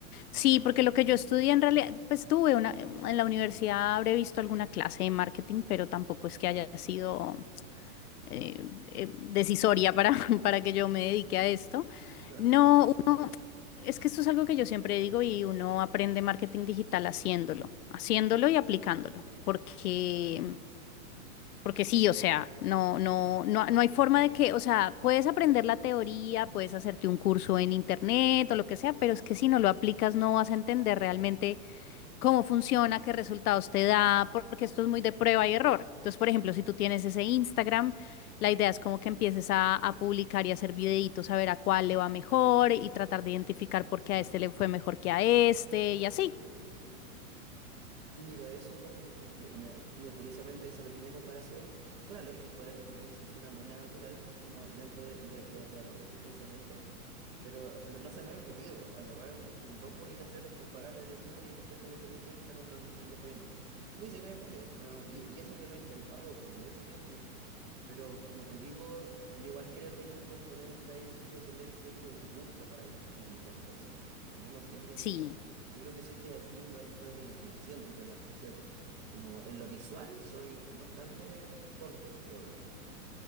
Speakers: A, on the left; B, on the right.
A: Sí,
B: Claro,
A: porque lo que yo estudié en realidad, pues tuve una, en la universidad habré visto alguna clase de marketing, pero tampoco es que haya sido eh, eh, decisoria para, <laughs> para que yo me dedique a esto.
B: claro.
A: No, Es que esto es algo que yo siempre digo y uno aprende marketing digital haciéndolo, haciéndolo y aplicándolo, porque, porque sí, o sea, no, no, no, no hay forma de que, o sea, puedes aprender la teoría, puedes hacerte un curso en internet o lo que sea, pero es que si no lo aplicas no vas a entender realmente cómo funciona, qué resultados te da, porque esto es muy de prueba y error. Entonces, por ejemplo, si tú tienes ese Instagram, la idea es como que empieces a, a publicar y hacer videitos, a ver a cuál le va mejor y tratar de identificar por qué a este le fue mejor que a este y así.
B: Mira, eso, eh, mira, eh, mira, curiosamente esa pequeña comparación suena lógico ahora que tú lo dices, suena muy natural, como dentro de, de- de la de la corriente del pensamiento, pero, pero no se me ha ocurrido agarrar mm, dos publicaciones, compararlas y decir, oye, ¿por qué a esta le fue bien y a esta no, no, no, no le fue bien? Ni se me ha ocurrido, no, y, y eso que lo he intentado por mucho tiempo, pero como te digo, yo igual creo que hay un componente ahí de tener cierto gusto para publicar cosas. Como yo no tengo
A: Sí,
B: mucha, yo creo que soy creativo, pero dentro de la imaginación, dentro de la ficción. Como en lo visual soy bastante torpe, creo yo.